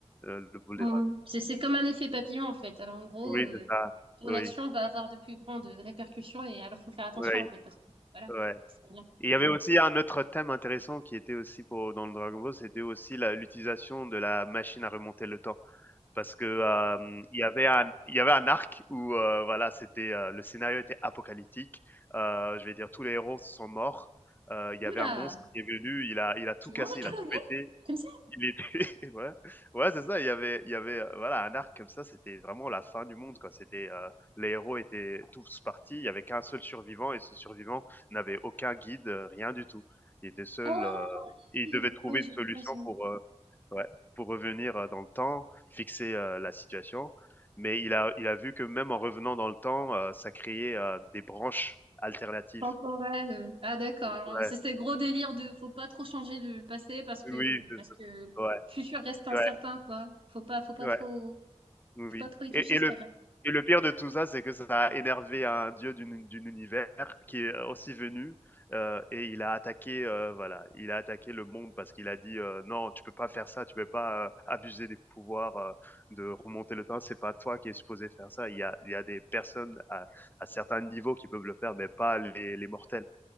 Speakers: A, on the left; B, on the right.
A: euh, le boule
B: Mm.
A: des dragons.
B: C'est c'est comme un effet papillon en fait. Alors en gros,
A: Oui,
B: euh,
A: c'est ça.
B: ton
A: Oui,
B: action va avoir de plus grandes répercussions et alors faut faire attention
A: oui,
B: en fait parce que voilà.
A: ouais.
B: c'est pas bien.
A: Et Il y avait aussi un autre thème intéressant qui était aussi pour dans le Dragon Ball, c'était aussi la l'utilisation de la machine à remonter le temps. Parce que, hem, il y avait un il y avait un arc où, heu, voilà, c'était, heu, le scénario était apocalyptique. Heu, je vais dire tous les héros sont morts. Heu, il y
B: Oula,
A: avait un monstre qui est venu, il a il a tout
B: tout le
A: cassé,
B: monde a crevé
A: il a tout pété.
B: comme ça?
A: Il était <laughs> ouais, ouais, c'est ça, il y avait il y avait, heu, voilà, un arc comme ça, c'était vraiment la fin du monde, quoi. C'était, heu, les héros étaient tous partis, il y avait qu'un seul survivant et ce survivant n'avait aucun guide, heu, rien du tout. Il était seul,
B: Ah
A: heu, et
B: oui,
A: il devait trouver
B: oui, j'ai
A: une solution
B: vu passer.
A: pour, heu, ouais, pour revenir, heu, dans le temps, fixer, heu, la situation. Mais il a il a vu que même en revenant dans le temps, heu, ça créait, heu, des branches alternatives.
B: Temporel. euh. Ah d'accord.
A: Ouais,
B: Alors, C'est ce gros délire de faut pas trop changer le, le passé parce que
A: oui, c'est
B: parce
A: ça.
B: que le
A: Ouais,
B: futur reste incertain
A: ouais,
B: quoi. Faut pas faut pas
A: ouais.
B: trop faut
A: Oui
B: pas trop y toucher,
A: et et
B: c'est
A: le
B: pas bien.
A: et le pire de tout ça, c'est que ça a énervé un dieu d'une d'une univers qui est aussi venu, heu et il a attaqué, heu, voilà, il a attaqué le monde parce qu'il a dit, heu: «Non, tu peux pas faire ça, tu peux pas, heu, abuser des pouvoirs, heu, de remonter le temps, c'est pas toi qui es supposé faire ça. Il y a il y a des personnes à à certains niveaux qui peuvent le faire, mais pas les les mortels».